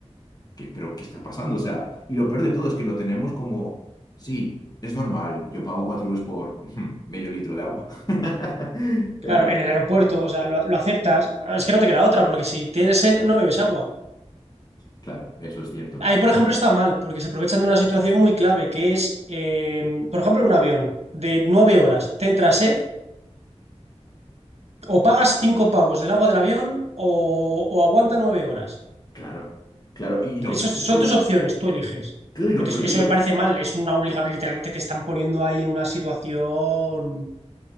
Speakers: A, on the left (about 35°); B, on the right (about 65°).
A: ¿qué, pero qué está pasando? O sea, y lo peor de todo es que lo tenemos como, sí, es normal, yo pago 4 euros por <laughs> medio litro de agua. <laughs>
B: Claro,
A: Entonces,
B: en el aeropuerto, o sea, lo, lo aceptas. Es que no te queda otra, porque si tienes sed, no bebes agua.
A: claro, eso es cierto.
B: Ahí,
A: eh,
B: por ejemplo, está mal, porque se aprovechan de una situación muy clave, que es, eh, por ejemplo, un avión de nueve horas. Te entra sed, o pagas cinco pavos del agua del avión, o, o aguanta nueve horas.
A: Claro, claro. Y, y lo
B: Esas
A: peor
B: son
A: de todo,
B: tus opciones, tú eliges.
A: claro, y lo
B: Entonces,
A: peor de
B: eso
A: todo
B: me parece
A: es que-
B: mal, es una obligación, literalmente te están poniendo ahí en una situación